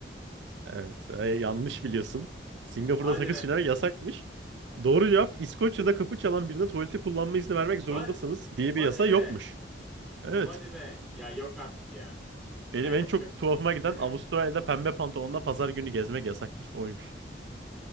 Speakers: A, on the right (about 80°); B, in the centre.
A: Evet. e, yanlış biliyorsun. Singapur'da
B: Hadi
A: sakız
B: be.
A: çiğnemek yasakmış. Doğru cevap İskoçya'da kapı çalan birine tuvalete kullanma izni vermek
B: Hadi,
A: zorundasınız
B: hadi
A: diye bir yasa
B: be.
A: yokmuş. Evet.
B: Hadi be. Ya yok artık ya.
A: Benim
B: Yani
A: en çok
B: çok...
A: tuhafıma giden
B: <laughs>
A: Avustralya'da pembe pantolonla pazar günü gezmek yasaktır. Oymuş.